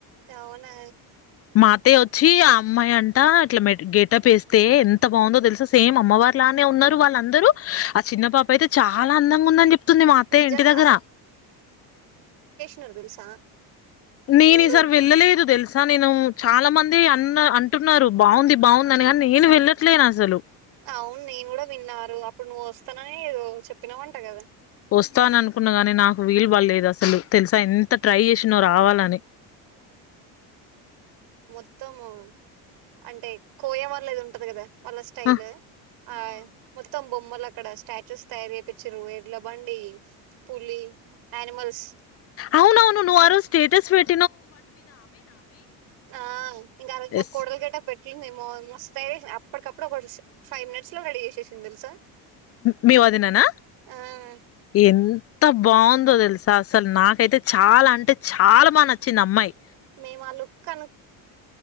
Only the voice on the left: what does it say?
మా అతయ్యొచ్చి ఆ అమ్మాయి అంటా అట్ల మెట్ గెటపేస్తే ఎంత బాగుందో తెల్సా! సేమ్ అమ్మవారు లానే ఉన్నారు వాళ్ళందరూ, ఆ చిన్న పాపైతే చాలా అందంగుందని చెప్తుంది మా అతయ్య
ఇంటి దగ్గర.
నేనీసారి వెళ్లేళే ద్ తెల్సా నేను చాలా మంది అన్న అన్ టున్నారు బాగుంది బాగుందని గాని నేను వెళ్ళ ట్లే నజలు
వస్తాననుకున్న గాని నా వీలు బల్లేదు అసలు తెలుసా ఎంత ట్రై చేసినో రావాలని
ఆ
అవునవును నువ్వు ఆ రోజు స్టేటస్ పెట్
ఎస్
మీ వదిననా
ఎంత బావుందో తెలుసా అస్సల్ నాకైతే చాలా అంటే చాలా బా నచ్చింది అమ్మాయి